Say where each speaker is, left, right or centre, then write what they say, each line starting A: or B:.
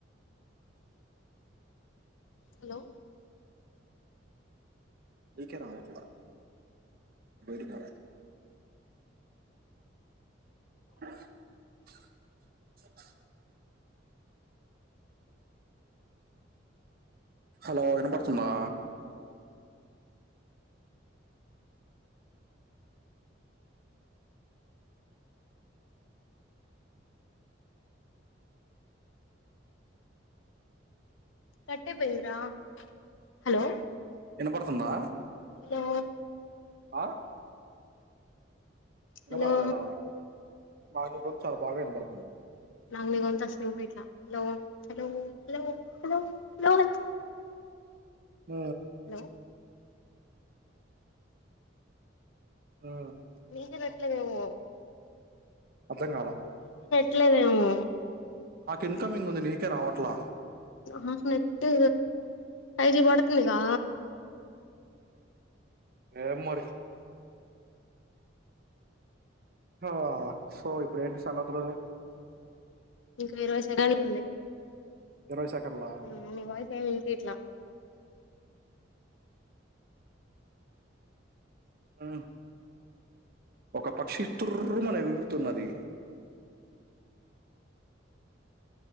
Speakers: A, on the left; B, on the right.
A: హలో
B: మీకే రావట్లే బయటికి ర ఆ <unintelligible> హలో వినబడుతుందా
A: <unintelligible> హలో
B: వినపడుతుందా
A: హలో
B: ఆ వినబడట్లేద
A: హలో
B: నాకు నీ గొంతు చాలా బాగా వినబడుతుంది
A: నాకు నీ గొంతు అసలు వినిపియట్లే hello hello hello hello hello hello
B: ఆ
A: హలో
B: ఆ
A: మీకీ వినట్లేదేమో
B: అర్థం కాల
A: ట్లేదేమో
B: ఇన్కమింగ్ ఉంది నీకే రావట్లా
A: నా నేటు ఫైవ్ జీ పడుతుందిగా
B: ఏమో మరి ఆ సో ఇప్పుడు ఏంటి సంగతులు
A: ఇంకా ఇరవై సెకండ్లు ఉంది
B: ఇరవై సెకండ్లా
A: అ నీ వాయిస్ ఏమి వినిపియట్లే
B: ఆ ఒక పక్షి తుర్రుమనీ ఏగురుతున్నది